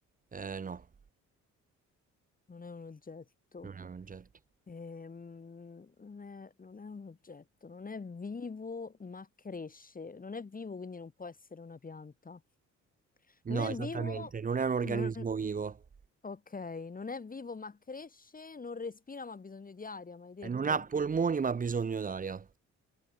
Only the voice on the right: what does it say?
eh. Eh, no,
non è un oggetto.
No,
esattamente,
non è un organismo
vivo.
E non ha polmoni, ma ha bisogno d'aria.